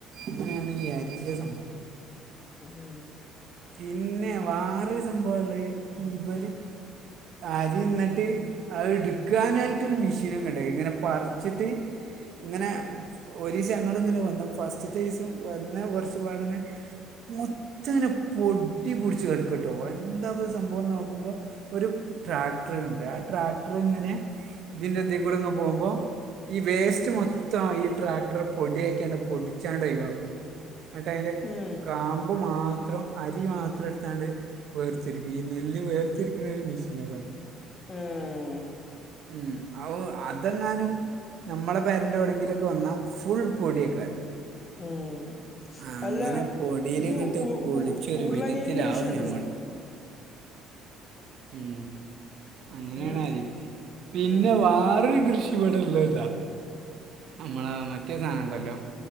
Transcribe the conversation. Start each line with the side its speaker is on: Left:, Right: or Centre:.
Right: അങ്ങനെയാണ് ഈ അരിൻ്റെ സമ്പവം
Left: ഉം ഉം
Right: പിന്നെ വാറൊരു സംഭവണ്ട്
Left: ഉം
Right: ഇവല് അരിന്നട്ട് ഔട്ക്കാനായിട്ടൊരു മിഷീനൊക്കെണ്ട് ഇങ്ങനെ പറിച്ചിട്ട് ഇങ്ങനെ ഒരീസഞങ്ങൾങ്ങനെ വന്നപ്പോഫസ്റ്റ്ത്തീസം വന്ന് കുറച്ച്പാടെന്നെ മൊത്തങ്ങനെ പൊടി പൊടിച്ച് കടുക്കാട്ടോ എന്താപത് സംഭവം നോക്കുമ്പോ ഒരു ട്രാക്ടർണ്ട് ആ ട്രാക്ടർങ്ങനെ ഇതിന്റെ ഇതീകൂടെ ഇങ്ങപോകുമ്പോ ഈ വേസ്റ്റ് മൊത്തംഅയി ഈ ട്രാക്ടറ്പൊടിയാക്കൃണ്ട് പൊടിച്ചാണ്ട് ഒഴിവാക്കും ന്നട്ട് അയിൻ്റെ
Left: ഉം
Right: കാമ്പ് മാത്രം അരി മാത്രംട്ത്താണ്ട് വേർത്തിരിക്കും ഈ നെല്ല് വേർത്തിരിക്ക്ണ മിഷീനൊക്കെൺ
Left: ഉം ഉം
Right: ഉം ഔ അതങ്ങാനും നമ്മളെ പെരൻ്റെവിടെയങ്കിലൊക്കെ വന്നാൽ ഫുൾ പൊടിയേക്കാരം.
Left: ഉം
Right: അങ്ങനെ
Left: അല്ല
Right: പൊടിയിലിങ്ങട്ട്
Left: ഇജ്ജ് ഉ
Right: കുളിച്ചൊരു
Left: ഉ ഉരുളകിഴങ്ങ്
Right: വിധത്തിലാവും
Left: കൃഷി കണ്ട്ണോ
Right: ഞമ്മള് ഉം അങ്ങനെയണരി
Left: ഉം
Right: പിന്നെ
Left: ഉം
Right: വാറൊരു കൃഷി ഇവിടെ ഇളളത് ഇതാ നമ്മളേ മറ്റേ സാനണ്ടല്ലോ